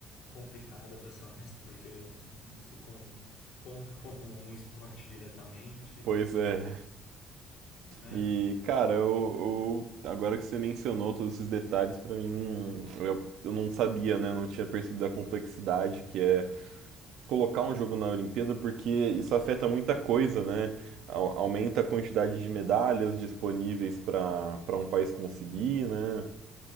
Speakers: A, on the left (about 70°); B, on the right (about 75°).
A: complicada, para ser honesto, porque eu não sei nem se isso com- conta como um esporte diretamente,
B: pois é.
A: né?
B: E, cara, eu, eu- agora que você mencionou todos esses detalhes, pra mim, eu, eu não sabia, né? Eu Não tinha percebido a complexidade que é colocar um jogo na Olimpíada, porque isso afeta muita coisa, né? Au- Aumenta a quantidade de medalhas disponíveis para para um país conseguir, né?